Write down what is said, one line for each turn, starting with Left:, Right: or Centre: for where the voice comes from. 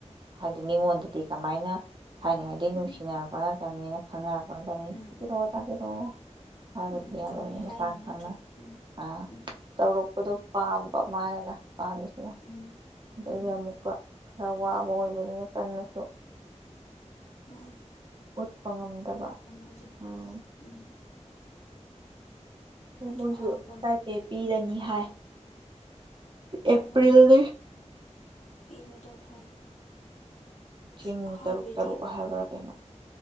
Right: ꯍꯥꯏꯗꯤ ꯃꯤꯉꯣꯟꯗꯗꯤ ꯀꯃꯥꯏꯅ ꯊꯥꯏꯅꯉꯩꯗꯩ ꯅꯨꯡꯁꯤꯅꯔꯛꯄ
Left: ꯎꯝ
Right: ꯅꯠꯇꯕꯅꯤꯅ ꯈꯪꯅꯔꯛꯄ ꯇꯥꯛꯄꯤꯔꯛꯑꯣ
Left: ꯎꯝ ꯎꯝ
Right: ꯇꯥꯛꯄꯤꯔꯛꯑꯣ ꯍꯥꯏꯕꯗꯤ
Left: ꯎꯝ ꯎꯝ
Right: ꯌꯥꯗꯅꯤ
Left: ꯀꯃꯥꯏ ꯍꯥꯏꯅꯤ
Right: ꯃꯁꯥꯅ
Left: ꯅꯠꯇ꯭ꯔꯥ
Right: ꯈꯪꯅ
Left: ꯎꯝ
Right: ꯑꯥ
Left: ꯎꯝ
Right: ꯇꯧꯔꯛꯄꯗꯣ ꯄꯥꯝ ꯕ ꯃꯥꯅ ꯄꯥꯝꯃꯤꯁꯤꯅ
Left: ꯎꯝ
Right: ꯑꯗꯨꯒ
Left: ꯎꯝ
Right: ꯑꯃꯨꯛꯀ ꯈꯔ ꯋꯥꯕ ꯑꯣꯏꯕꯅꯤꯅ ꯀꯟꯅꯁꯨ
Left: ꯃꯥꯅꯤ
Right: ꯎꯠꯄ ꯉꯝꯗꯕ
Left: ꯍꯥꯏꯗꯤ
Right: ꯎꯝ
Left: ꯎꯝ
Right: ꯗꯨ
Left: ꯑꯗꯨ
Right: ꯃꫭꯏꯁꯨ
Left: ꯍꯥꯏꯔꯒ
Right: ꯁ꯭ꯇꯥꯏꯄꯦ ꯄꯤꯔꯅꯤ ꯍꯥꯏ ꯑꯦꯄ꯭ꯔꯤꯜꯗꯩ
Left: ꯑꯃꯔꯣꯝꯗ ꯑꯗꯨ ꯄꯤꯕꯗꯣ ꯐꯔꯦ ꯑꯁ
Right: ꯆꯤꯡ
Left: ꯑꯍꯥꯟꯕꯩꯗꯤ
Right: ꯇꯔꯨꯛ ꯇꯔꯨꯛ ꯍꯥꯏꯕ꯭ꯔꯥ ꯀꯩꯅꯣ